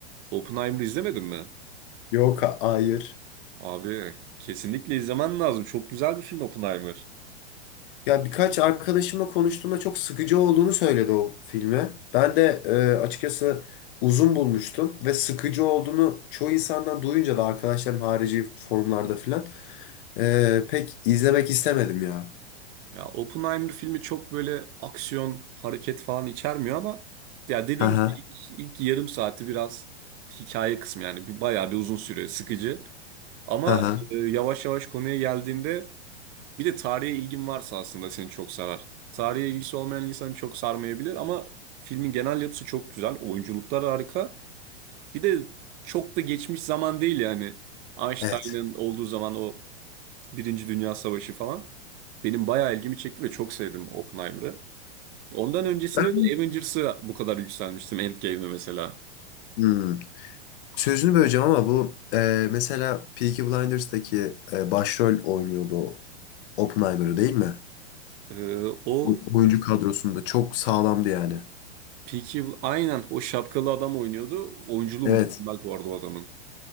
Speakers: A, on the right (about 25°); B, on the left (about 50°).
A: Oppenheimer'ı izlemedin mi?
B: Yok hayır.
A: Abi kesinlikle izlemen lazım. Çok güzel bir film Oppenheimer.
B: Ya birkaç arkadaşımla konuştuğumda çok sıkıcı olduğunu söyledi o filmi. Ben de e, açıkçası uzun bulmuştum ve sıkıcı olduğunu çoğu insandan duyunca da arkadaşlarım harici forumlarda filan e, pek izlemek istemedim ya.
A: Ya Oppenheimer filmi çok böyle aksiyon, hareket falan içermiyor ama ya dediğin
B: Hı hı,
A: gibi ilk, ilk yarım saati biraz hikaye kısmı yani bir bayağı bir uzun süre sıkıcı. Ama
B: hı hı.
A: e, yavaş yavaş konuya geldiğinde Bir de tarihe ilgin varsa aslında seni çok sarar. Tarihe ilgisi olmayan insanı çok sarmayabilir ama filmin genel yapısı çok güzel. Oyunculuklar harika. Bir de çok da geçmiş zaman değil yani. Einstein'ın
B: Evet.
A: olduğu zaman o Birinci Dünya Savaşı falan. Benim bayağı ilgimi çekti ve çok sevdim Oppenheimer'ı. Ondan öncesinde
B: Ben
A: de Avengers'ı bu kadar yükselmiştim Endgame'e mesela.
B: Hmm, sözünü böleceğim ama bu e, mesela Peaky Blinders'taki e, başrol oynuyordu o Oppenheimer'ı değil mi?
A: Ee, o
B: O- Oyuncu kadrosunda çok sağlamdı yani.
A: Peaky, aynen o şapkalı adam oynuyordu. Oyunculuğu
B: Evet.
A: mükemmel bu arada o adamın.